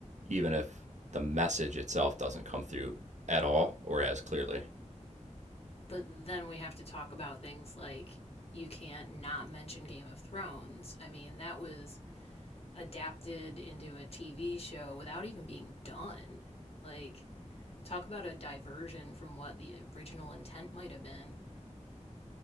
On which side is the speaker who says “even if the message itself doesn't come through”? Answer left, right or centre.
Right